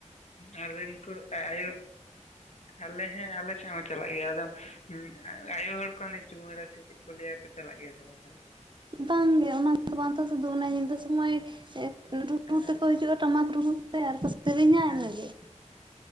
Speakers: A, on the left; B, on the right.
A: ᱠᱟᱨᱮᱴ ᱠᱩ ᱟᱡ ᱟᱭᱳ ᱟᱞᱮ ᱦᱮᱸ ᱟᱞᱮ ᱥᱮᱜ ᱦᱚᱸ ᱪᱟᱞᱟᱜ ᱜᱮᱭᱟ ᱟᱫᱚ ᱩᱸ ᱟᱭᱳ ᱦᱚᱲ ᱠᱚ ᱚᱱᱮ ᱪᱩᱢᱟᱹᱲᱟ ᱥᱮ ᱪᱮᱜ ᱠᱚ ᱞᱟᱹᱭᱟ ᱛᱚ ᱪᱟᱞᱟᱜ ᱜᱮᱭᱟ ᱥᱮ ᱵᱟ ᱛᱟᱦᱞᱮ?
B: ᱵᱟᱝ ᱜᱮ ᱚᱱᱟ ᱫᱚ ᱵᱟᱝ ᱛᱚ ᱥᱩᱫᱷᱩ ᱚᱱᱮ ᱧᱤᱫᱟᱹ ᱥᱚᱢᱚᱭ ᱥᱮ ᱨᱩ
A: ᱦᱮᱸ
B: ᱨᱩ ᱛᱮᱠᱚ ᱦᱤᱡᱩᱜᱼᱟ ᱴᱟᱢᱟᱠ ᱨᱩ ᱛᱮ ᱟᱨ ᱠᱟ ᱥᱤᱨᱤᱧᱟ
A: ᱦᱮᱸ
B: ᱤᱱᱟᱹ ᱜᱮ ᱾